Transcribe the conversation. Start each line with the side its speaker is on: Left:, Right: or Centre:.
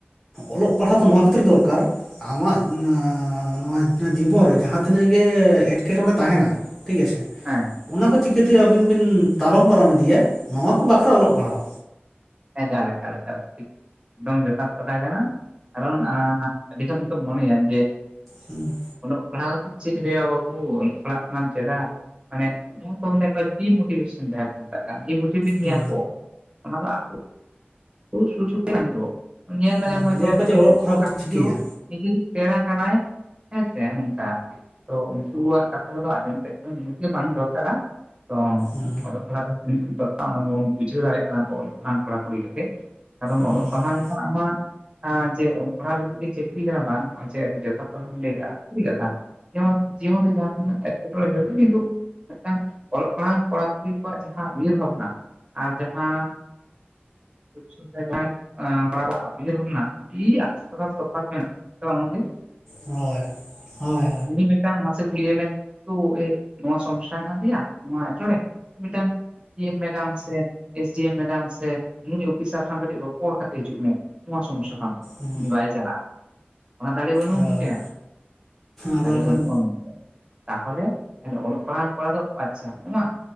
Centre: ᱚᱞᱚᱜ ᱯᱟᱲᱦᱟᱜ ᱫᱚ ᱱᱚᱣᱟ ᱠᱷᱟᱹᱛᱤᱨ ᱫᱚᱨᱠᱟᱨᱼ ᱟᱢᱟᱜ ᱱᱚᱣᱟ ᱡᱤᱵᱚᱱ ᱨᱮ ᱡᱟᱦᱟᱸ ᱛᱤᱱᱟᱹᱜ ᱜᱮ ᱮᱸᱴᱠᱮᱴᱚᱬᱮ ᱛᱟᱦᱮᱱᱟ᱾ ᱴᱷᱤ ᱜᱟᱪᱷᱮ
Right: ᱦᱮᱸ
Centre: ᱚᱱᱟ ᱠᱚ ᱪᱤᱠᱟᱹ ᱛᱮ ᱟᱹᱵᱤᱱ ᱵᱤᱱ ᱛᱟᱞᱚᱢ ᱯᱟᱨᱚᱢ ᱤᱫᱤᱭᱟ ᱱᱚᱣᱟ ᱠᱚ ᱵᱟᱠᱷᱨᱟ ᱚᱞᱚᱜ ᱯᱟᱲᱦᱟᱣᱼ
Right: ᱮᱠᱟᱞ ᱮᱠᱟᱞ ᱮᱠᱟᱞ ᱴᱷᱤᱠ ᱮᱠᱫᱚᱢ ᱡᱚᱛᱷᱟᱛ ᱠᱟᱛᱷᱟ ᱠᱟᱱᱟ ᱠᱟᱨᱚᱱ ᱟᱹᱰᱤ ᱜᱟᱱ ᱠᱚ ᱢᱚᱱᱮᱭᱟ ᱡᱮᱼᱼ
Centre: ᱦᱩᱸ
Right: ᱚᱞᱚᱜ ᱯᱟᱲᱦᱟᱣ ᱠᱟᱛᱮᱫ ᱪᱮᱫ ᱦᱩᱭᱩᱜ-ᱟ ᱵᱟᱵᱩ ᱚᱞᱚᱜ ᱯᱟᱲᱦᱟᱜ ᱠᱟᱱᱟᱢ ᱪᱮᱫᱟᱜ ᱢᱟᱱᱮ ᱡᱟᱦᱟ ᱠᱚ ᱞᱟᱹᱭᱟ ᱰᱤᱢᱳᱴᱤᱵᱷᱮᱥᱚᱱ ᱡᱟᱦᱟᱸ ᱠᱚ ᱢᱮᱛᱟᱜ ᱠᱟᱱ ᱰᱤ ᱢᱳᱴᱤᱢᱮᱥ ᱢᱮᱭᱟ
Centre: ᱦᱮᱸ
Right: ᱠᱚ ᱚᱱᱟ ᱫᱚ ᱛ ᱥᱩᱨᱥᱩᱛ ᱨ ᱫᱚᱼᱟ <inaudible> ᱧᱮᱞ ᱫᱟᱲᱮᱭᱟᱢ
Centre: ᱦᱳᱭ
Right: ᱦᱚᱭ
Centre: ᱞᱟᱹᱭᱟᱠᱚ
Right: ᱛᱚ ᱱᱤᱡᱮ
Centre: ᱡᱮ ᱚᱞᱚᱜ
Right: ᱨᱮᱱ
Centre: ᱯᱟᱲᱦᱟᱣ ᱠᱟᱛᱮᱢ
Right: ᱟᱹᱛᱤᱭᱳ
Centre: ᱪᱤᱠᱟᱹᱭᱟ
Right: ᱱᱤᱡᱮ ᱨᱮᱱ ᱯᱮᱲᱟ ᱠᱟᱱᱟᱭ᱾ ᱦᱮᱸ ᱥᱮ ᱱᱚᱝᱠᱟ ᱟᱨᱠᱤ ᱛᱚ ᱩᱱᱠᱩᱣᱟᱜ ᱠᱟᱛᱷᱟ ᱠᱚᱫᱚ ᱟᱸᱡᱚᱢ ᱥᱮᱫ ᱫᱚ ᱱᱤᱦᱟᱛᱤ ᱜᱮ ᱵᱟᱝ ᱫᱚᱨᱠᱟᱨᱟ᱾ ᱛᱚ
Centre: ᱦᱮᱸ
Right: ᱚᱞᱚᱜ ᱯᱟᱲᱦᱟᱜ ᱫᱚ ᱛᱤᱱᱟᱹᱜ ᱫᱚᱨᱠᱵᱚᱱ ᱵᱩᱡᱷᱟᱹᱣ ᱫᱟᱲᱭᱟᱜ ᱠᱟᱱᱟ ᱵᱚᱱ ᱚᱞᱚᱜ ᱯᱟᱲᱦᱟᱜ ᱠᱚᱲᱟ ᱠᱩᱲᱤ ᱠᱚᱜᱮ, ᱠᱟᱨᱚᱱ ᱚᱞᱚᱜ
Centre: ᱦᱮᱸ
Right: ᱯᱟᱲᱦᱟᱣ ᱞᱮᱱᱠᱷᱟᱱ ᱟᱢᱟᱜ ᱡᱮ ᱚᱞᱚᱜ ᱯᱟᱲᱦᱟᱣ ᱞᱟᱹᱜᱤᱫ ᱜᱮ ᱪᱟᱹᱠᱨᱤ ᱠᱟᱱᱟ ᱵᱟᱝ ᱱᱚᱜ-ᱚᱭ ᱡᱮ ᱟᱹᱰᱤ <unintelligible> ᱞᱟᱹᱭ ᱠᱟᱜᱟ ᱥᱟᱨᱤ ᱠᱟᱛᱷᱟ ᱡᱮᱢᱚᱱ ᱡᱤᱭᱚᱱ ᱨᱮ ᱡᱟᱦᱟᱸ ᱛᱤᱱᱟᱹᱜ ᱮᱴᱠᱮᱴᱚᱬᱮ ᱦᱩᱭᱩᱜ-ᱟ ᱠᱤᱱᱛᱩ ᱢᱤᱫᱴᱟᱝ ᱚᱞᱚᱜ ᱯᱟᱲᱦᱟᱜ ᱠᱚᱲᱟ ᱠᱩᱲᱤ ᱠᱚᱣᱟᱜ ᱡᱟᱦᱟᱸ ᱩᱭᱦᱟᱹᱨ ᱵᱷᱟᱵᱽᱱᱟ ᱟᱨ ᱡᱟᱦᱟᱸ ᱟᱹᱛᱩ ᱫᱤᱥᱚᱢᱨᱮ ᱡᱟᱦᱟᱭ ᱠᱚᱲᱟ ᱠᱚᱣᱟᱜ ᱩᱭᱦᱟᱹᱨ ᱵᱷᱟᱵᱽᱱᱟ ᱟᱹᱰᱤ ᱛᱚᱯᱷᱟᱛ ᱢᱮᱱᱟᱜ-ᱟ ᱦᱮᱸ ᱥᱮ ᱵᱟᱝ ᱜᱚᱝᱠᱮ
Centre: ᱦᱳᱭ ᱦᱳᱭ
Right: <unintelligible> ᱢᱤᱫᱴᱟᱝ ᱢᱟᱥᱮ ᱠᱩᱞᱤᱭᱮ ᱢᱮ ᱠᱤᱱᱛᱩ ᱮ ᱱᱚᱣᱟ ᱥᱚᱢᱚᱥᱥᱟ ᱠᱟᱱ ᱫᱚᱭᱟ ᱱᱚᱣᱟ ᱮᱴᱠᱮᱴᱚᱬᱮ ᱢᱤᱫᱴᱟᱝ ᱰᱤ ᱮᱢ ᱢᱮᱰᱟᱢ ᱥᱮ ᱮᱥ ᱰᱤ ᱮᱢ ᱢᱮᱰᱟᱢ ᱥᱮ ᱱᱩᱭ ᱚᱯᱷᱤᱥᱟᱨ ᱥᱟᱶ ᱠᱟᱹᱴᱤᱡ ᱨᱚᱯᱚᱲ ᱠᱟᱛᱮ ᱦᱤᱡᱩᱜ ᱢᱮ ᱱᱚᱣᱟ ᱥᱚᱢᱚᱥᱥᱟ ᱛᱟᱢ
Centre: ᱦᱳᱭ
Right: ᱩᱱᱤ ᱵᱟᱭ ᱪᱟᱞᱟᱜ-ᱟ ᱾ ᱚᱱᱟ ᱫᱟᱲᱮ ᱵᱟᱹᱱᱩᱜ-ᱟ
Centre: ᱦᱳᱭ
Right: ᱩᱱᱤ ᱴᱷᱮᱱ
Centre: ᱟᱫᱚ
Right: ᱫᱟᱲᱮ
Centre: ᱵᱟᱠᱷᱟᱱ
Right: ᱵᱟᱹᱱᱩᱜ-ᱟ ᱾ ᱛᱟᱦᱚᱞᱮ ᱚᱞᱚᱜ ᱯᱟᱲᱦᱟᱜ ᱠᱚᱲᱟ ᱫᱚ ᱟᱪᱪᱷᱟ ᱱᱚᱣᱟ